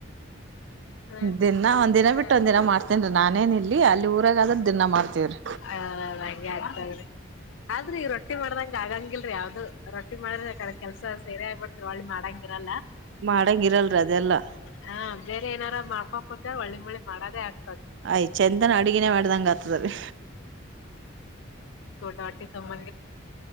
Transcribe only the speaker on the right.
ದಿನ ಒಂದ್ ದಿನ
ಬಿಟ್ಟು ಒಂದ್ ದಿನ ಮಾಡ್ತೇನ್ರಿ ನಾನೇನ್ ಇಲ್ಲಿ ಅಲ್ಲಿ ಊರಾಗ ಆದ್ರ ದಿನ ಮಾಡ್ತೇವ್ರಿ
ಮಾಡಂಗ ಇರಲ್ರಿ ಅದೆಲ್ಲಾ
ಆಯ್ ಚಂದನ ಅಡುಗಿನೇ ಮಾಡ್ದಂಗ ಆತದರಿ